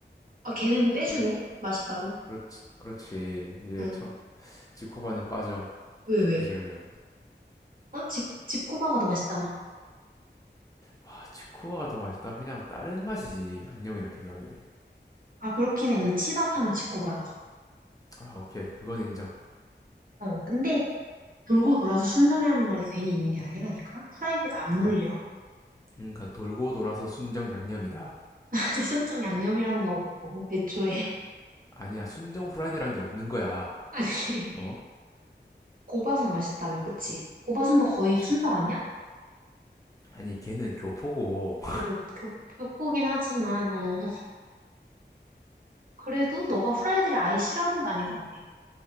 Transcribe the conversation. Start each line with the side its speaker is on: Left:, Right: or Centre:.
Right: 아, 걔는 빼주네.
Left: 할
Right: 맛있다고.
Left: 그렇지 그렇지 이제
Right: 응.
Left: 쳐 지코바는 빠져
Right: 왜,
Left: 죽기
Right: 왜?
Left: 싫으면
Right: 어? 지, 지코바가 더 맛있잖아.
Left: 아 지코바가 더 맛있다 그냥 다른 맛이지 양념이랑 비교하기엔
Right: 아, 그렇긴 해. 근데 치밥하면 지코바라서.
Left: 아 오케이 그건 인정
Right: 어, 근데 돌고 돌아서 순정이라는 말이 괜히 있는 게 아니라니까? 후라이드가 안
Left: 그러니까
Right: 물려.
Left: 그러니까 돌고 돌아서 순정 양념이다
Right: <laughs> 아니, 순정 양념이라는 거 없고, 애초에.
Left: 아니야 순정 후라이드란 게 없는 거야
Right: <laughs> 아니,
Left: 어
Right: 고바순 맛있다며, 그치? 고바순도 거의
Left: 그렇지
Right: 순정 아니야?
Left: 아니 걔는 교포고
Right: 걔 교, 교, 교포긴 하지만, 어. 그래도 너가 후라이드를 아예 싫어하는 거 아닌 것 같아.